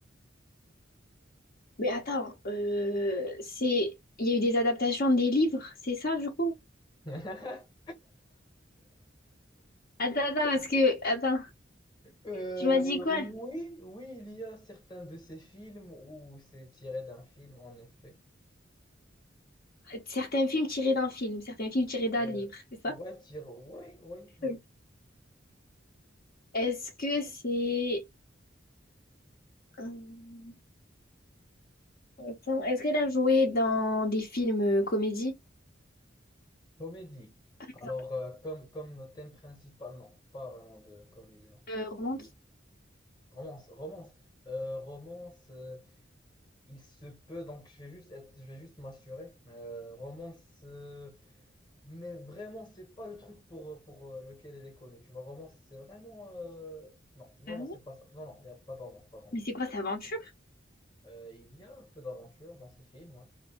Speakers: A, on the left; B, on the left.
A: Mais attends, euh, c'est... Il y a eu des adaptations des livres, c'est ça, du coup?
B: <laughs>
A: Attends, attends, parce que... Attends,
B: Euh,
A: tu m'as dit quoi?
B: oui, oui, il y a certains de ces films où c'est tiré d'un film, en effet.
A: Certains films tirés d'un film, certains films tirés d'un
B: Euh,
A: livre, c'est ça?
B: ouais, tiré, oui, oui, oui.
A: Ok. Est-ce que c'est... euh, attends, est-ce qu'elle a joué dans des films euh, comédies,
B: Comédie.
A: Par
B: Alors, euh, comme, comme thème principal, non, pas vraiment de comédie, non.
A: exemple, euh, romances?
B: Romance, romance. Euh, romance, euh, il se peut, donc je vais juste être- je vais juste m'assurer. Euh, romance, euh, mais vraiment, c'est pas le truc pour, pour euh, lequel elle est connue. Tu vois, romance, c'est vraiment... euh, Non, non,
A: Euh,
B: non, c'est pas ça. Non, non, il n'y a pas de romance, pas de romance.
A: Mais c'est quoi, c'est aventure?
B: Euh, il y a un peu d'aventure dans ces films, ouais.